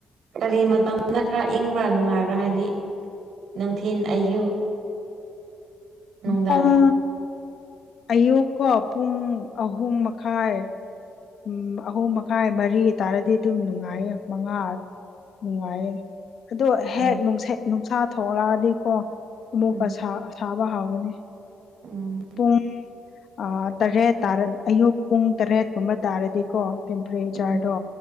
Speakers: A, on the right; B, on the left.
A: ꯀꯔꯤ ꯃꯇꯝꯅ ꯈꯔ ꯏꯪꯕ꯭ꯔꯥ ꯅꯨꯡꯉꯥꯏꯕ꯭ꯔꯥ ꯍꯥꯏꯗꯤ꯫ ꯅꯨꯡꯊꯤꯟ ꯑꯌꯨꯛ꯫ ꯅꯨꯡꯗꯥꯡ
B: ꯄꯨꯡ ꯑꯌꯨꯛꯀꯣ ꯄꯨꯡ ꯑꯍꯨꯝ ꯃꯈꯥꯏ꯫ ꯎꯝ ꯑꯍꯨꯝ ꯃꯈꯥꯏ ꯃꯔꯤ ꯇꯥꯔꯗꯤ ꯑꯗꯨꯝ ꯅꯨꯡꯉꯥꯏꯌꯦ ꯃꯉꯥ ꯅꯨꯡꯉꯥꯏꯌꯦ꯫ ꯑꯗꯣ ꯍꯦꯛꯅꯨꯡꯁ
A: ꯎꯝ
B: ꯅꯨꯡꯁꯥ ꯊꯣꯛꯂꯛꯑꯗꯤꯀꯣ ꯑꯃꯨꯛꯀ
A: ꯎꯝ
B: ꯁꯥꯕ ꯍꯧꯕꯅꯦ꯫
A: ꯎꯝ
B: ꯄꯨꯡ ꯑꯃꯥ ꯇꯔꯦꯠꯔ ꯑꯌꯨꯛ ꯄꯨꯡ ꯇꯔꯦꯠꯀꯨꯝꯕ ꯇꯥꯔꯗꯤꯀꯣ ꯇꯦꯝꯄꯔꯦꯆꯔꯗꯣ
A: ꯎꯝ